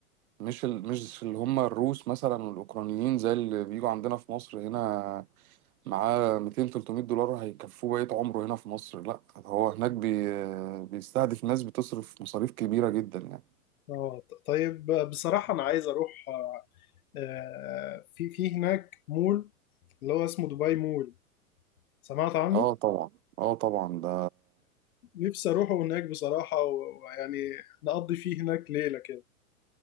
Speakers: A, on the right; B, on the left.
A: مش ال... مش اللي هم الروس مثلا والأوكرانيين زي اللي بيجوا عندنا في مصر هنا معاه 200 300 دولار هيكفوه بقية عمره هنا في مصر لا هو هناك بي... بيستهدف ناس بتصرف مصاريف كبيرة جدا يعني
B: اه ط- طيب بصراحة انا عايز اروح آه، آه، في في هناك مول اللي هو اسمه دبي مول سمعت عنه
A: اه طبعا اه طبعا ده
B: نفسي اروحه هناك بصراحة و- ويعني نقضي فيه هناك ليلة كده